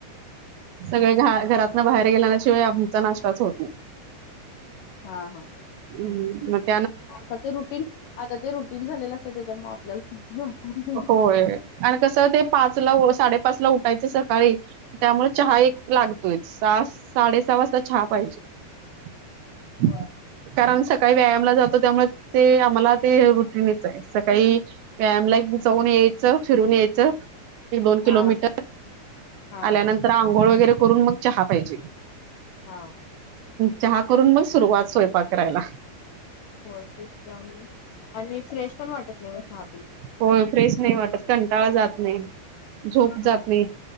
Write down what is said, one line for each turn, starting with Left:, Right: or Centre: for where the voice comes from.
Right: सगळे घ घरातनं बाहेर गेल्यानाशिवाय आमचा नाश्ताच होत नाही.
Left: हा हा.
Right: हम्म.
Left: आता ते रुटीन आता ते रुटीन झालेलं असते त्याच्यामुळे आपल्याला. वाटत नाही
Right: होय आणि कसं ते पाच ला साडेपाच ला उठायच सकाळी. त्यामुळे चहा एक लागतोय सहा साडेसहा वाजता चहा पाहिजे. <inaudible>
Left: होय.
Right: कारण सकाळी व्यायामला जातो त्यामुळे ते आम्हाला ते रुटीनीच आहे सकाळी. वायम लाग. जाऊन यायच फिरून यायचं एक दोन किलोमीटर
Left: हा हा
Right: आल्यानंतर. अंघोळ वगैरे करून मग चहा पाहिजे.
Left: हा.
Right: चहा करून मग सुरुवात सोयंपाक करायला.
Left: होय तेच आणि फ्रेश पण वाटत नाही मग हा.
Right: हो फ्रेश नाही वाटत कंटाळा जात नाही झोप
Left: हा
Right: जात नाही.